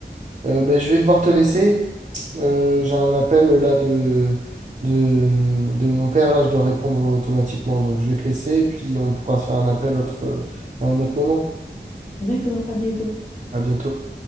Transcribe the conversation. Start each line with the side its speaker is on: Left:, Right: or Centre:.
Right: Euh, ben, je vais devoir te laisser. Euh, j'ai un appel là de, de, de mon père, là je dois répondre automatiquement. Donc je vais te laisser et puis on pourra se faire un appel autre, euh, à un autre moment.
Left: D'accord, à bientôt.
Right: À bientôt.